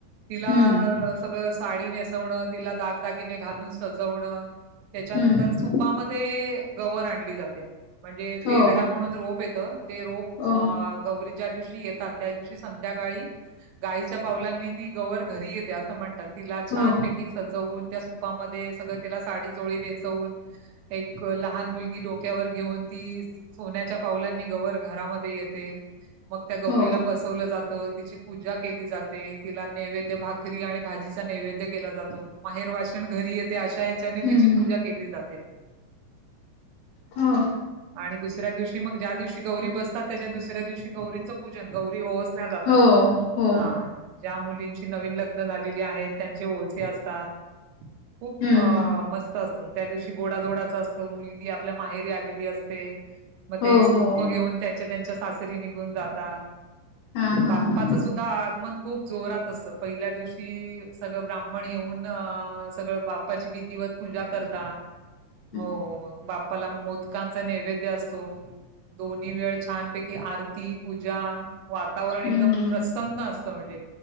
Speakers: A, on the right (about 80°); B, on the left (about 75°).
A: तिला
B: हम्म
A: सगळ साडी नेस वन तिला दागदागिने घालून सजवण त्याच्यानंतर
B: हम्म
A: सूप सुपामध्ये गवर आणली जाते म्हणजे
B: हो
A: तेरडा म्हणून रोप येत ते रोप
B: हो
A: अ गौरी ज्या दिवशी येतात त्या दिवशी संध्याकाळी गायीच्या पावलांनी ती गवर घरी येते असं म्हणतात. तिला छान
B: हो
A: सजवून त्या सुपामध्ये सगळं तिला साडी चोळी नेसवून. एक लहान मुलगी डोक्यावर घेऊन ती सोन्याच्या पावलांनी गवर घरामध्ये येते. मग त्या गौरीला
B: हो
A: बसवलं जातं. तिची पूजा केली जाते तिला नैवेद्य भाक री आणि भाजीचा नैवेद्य केला जातो. माहेरवाशीण घरी येते अशा एक ह्याच्यान
B: हम्म
A: तिची
B: हम्म
A: पूजा केली जाते.
B: हो
A: आणि दुसऱ्या दिवशी मग ज्या दिवशी गौरी बसतात. त्याच्या दुसऱ्या दिवशी गौरींचं पूजन गौरी ओवस ओवसल्या जातात
B: हो हो
A: हा. ज्या मुलींची नवीन लग्न झालेली आहेत त्यांचे ओवसे असतात. खूप
B: हम्म
A: अ..
B: हम्म
A: मस्त असत- त्या दिवशी गोडाधोडाच असत, मुलगी आपल्या माहेरी आलेली असते- मग ते
B: हो
A: सूप
B: हो
A: घेऊन त्यांच्या त्यांच्या सासरी निघून जातात,
B: हा हा
A: बाप्पाच
B: हा
A: सु- द्धा आगमन खूप जोरात असत, पहिल्या दिवशी सगळं- ब्राह्मण येऊन अ.. सगळं बाप- प्पाची विधिवत पूजा करतात,
B: वगैरे
A: हो बाप्पाला मोदकां- कांचा नैवेद्य असतो, दोन्ही वेळ छानपैकी आरती, पूजा- वातावरण एकदम
B: हम्म हम्म
A: प्रसन्न असतं म्हणजे.